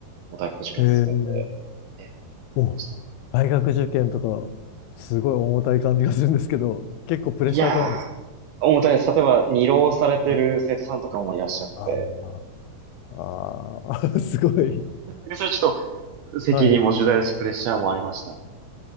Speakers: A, on the right (about 75°); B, on the left (about 80°).
A: もう大学受験すべて、
B: ええ
A: え、やってました。
B: お、大学受験とか、すごい重たい感じがするんですけど、結構プレッシャーじゃないですか。
A: いやー、重たいです。例えば、二浪されてる生徒さんとかもいらっしゃって、
B: はい。ああ、あー <laughs> すごい。
A: でそれちょっと責任も重大ですし、
B: はい。
A: プレッシャーもありましたね。